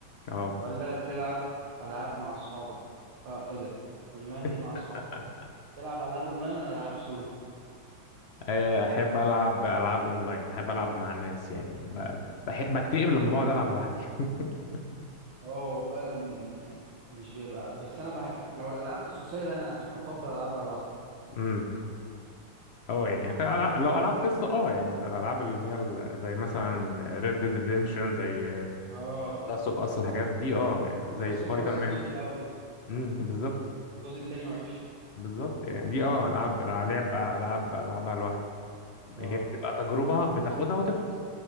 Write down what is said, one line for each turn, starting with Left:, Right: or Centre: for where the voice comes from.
Left: اه
Right: ولا تلعب العاب مع اصحابك اه ايه ده اونلاين
Left: <laughs>
Right: دي مع اصحابك اصلا تلعب العاب اونلاين ولا العاب سولو
Left: آه، احب العب العاب اونلاين احب العب مع الناس يعني ب- بحب بكتئب لما بقعد العب لوحدي <laughs>
Right: اه هو فعلا مش بيبقى بس انا بح... لو الالعاب قصصيه انا أنا افضل العبها لوحدي
Left: امم اه يعني خ- ألع- لو العاب قصه اه يعني زي الالعاب اللي هي ال- زي مثلا ريد ديد ريديمشن زي
Right: اه
Left: لاست اوف اس الحاجات دي اه يعني زي
Right: اصلا
Left: سبايدر
Right: في اصلا
Left: مان
Right: الجزء الاول
Left: امم بالظبط
Right: الجزء التاني وحش
Left: بالظبط يعني دي اه العاب لعب العاب العبها لوحدي
Right: اه
Left: هي بتبقى تجربه بتاخدها وتخلص